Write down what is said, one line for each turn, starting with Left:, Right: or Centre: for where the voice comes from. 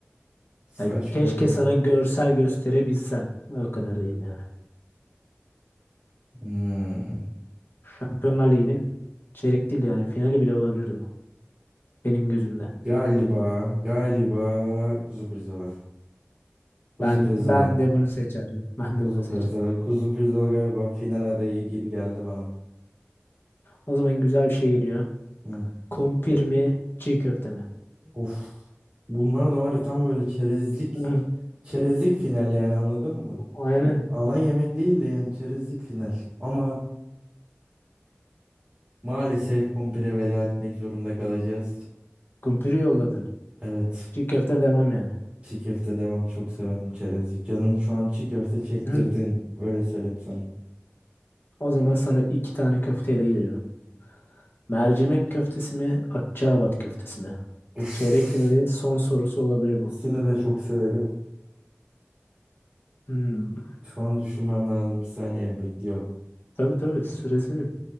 Right: saç
Left: Ya keşke
Right: kavurma.
Left: sana görsel gösterebilsem. O kadar diyeyim yani.
Right: Hmm.
Left: Şampiyonlar Ligi'nin çeyrek değil de yani finali bile olabilirdi bu. Benim gözümde.
Right: Galiba galiba kuzu pirzola. Kuzu
Left: Ben
Right: pirzola.
Left: ben de bunu seçerdim. <laughs> Ben de
Right: Kuzu
Left: bunu seçerdim.
Right: pirzola. Kuzu pirzola galiba final adayı gibi geldi bana.
Left: O zaman güzel bir şey geliyor.
Right: Hı.
Left: Kumpir mi, çiğ köfte mi?
Right: Of. Bunlar da var ya tam böyle çerezlik
Left: <laughs> Hı,
Right: çerezlik final yani anladın mı?
Left: aynen.
Right: Ana yemek değil de yani çerezlik final. Ama maalesef kumpire veda etmek zorunda kalacağız.
Left: Kumpiri yolladın.
Right: Evet.
Left: Çiğ köfte devam yani.
Right: Çiğ köfte devam çok severim çerezlik. Canım şu an çiğ köfte çektirdin.
Left: <laughs> Hı.
Right: Öyle söyleyeyim sana.
Left: O zaman sana iki tane köfteyle geliyorum. Mercimek köftesi mi, Akçaabat köftesi mi?
Right: Uf.
Left: Çeyrek finalin son sorusu olabilir bu.
Right: Seni de çok severim.
Left: Hmm.
Right: Şu an düşünmem lazım. Bir saniye bekliyorum.
Left: Tabii tabii süre senin.